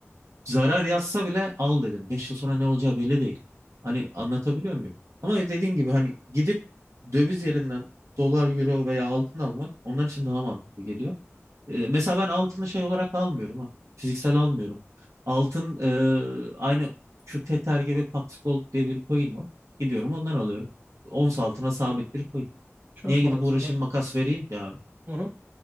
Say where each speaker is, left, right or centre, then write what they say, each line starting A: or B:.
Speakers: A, on the right (about 85°); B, on the right (about 45°).
A: Zarar yazsa bile al dedim. 5 yıl sonra ne olacağı belli değil. Hani anlatabiliyor muyum? Ama dediğin gibi hani gidip döviz yerinden dolar, euro veya altın almak onlar için daha mantıklı geliyor. Ee, mesela ben altını şey olarak almıyorum ha. Fiziksel almıyorum. Altın e, aynı şu Tether gibi Pax Gold diye bir coin var. Gidiyorum ondan alıyorum. Ons altına sabit bir coin.
B: Çok
A: Niye gidip
B: mantıklı.
A: uğraşayım makas vereyim ya?
B: Hı hı.